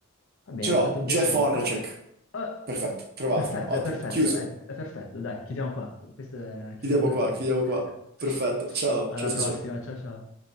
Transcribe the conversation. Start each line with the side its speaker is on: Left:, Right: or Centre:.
Left: Va bene,
Right: Ce l'ho,
Left: è stato un
Right: Jeff
Left: piacere.
Right: Hornacek.
Left: Ah, ah,
Right: Perfetto, trovato,
Left: perfetto,
Right: ottimo,
Left: è perfetto,
Right: chiuso.
Left: è, è perfetto, dai, chiudiamo qua. Questa è la chiusura
Right: Chiudiamo
Left: perfetta.
Right: qua, chiudiamo
Left: <laughs>
Right: qua. Perfetto, ciao,
Left: Alla
Right: ciao,
Left: prossima,
Right: ciao, ciao.
Left: ciao ciao.